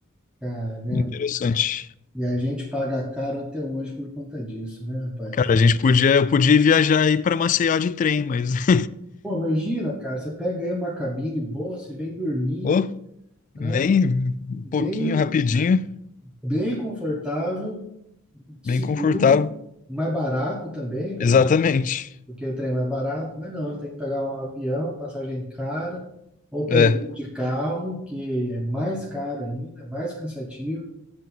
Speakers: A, in the centre; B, on the left.
A: Caramba.
B: Interessante.
A: E a gente paga caro até hoje por conta disso, né, rapaz?
B: Cara, a gente podia, eu podia viajar aí para Maceió de trem, mas <laughs>
A: Pô, imagina, cara, você pega aí uma cabine boa, você vem dormindo,
B: Ô, nem
A: né?
B: um
A: Bem,
B: pouquinho, rapidinho,
A: bem confortável, seguro,
B: bem confortável.
A: mais barato também, né?
B: Exatamente.
A: porque o trem é barato, mas não, você tem que pegar um avião, passagem cara, ou
B: É,
A: pegar um de carro, que é mais caro ainda, é mais cansativo.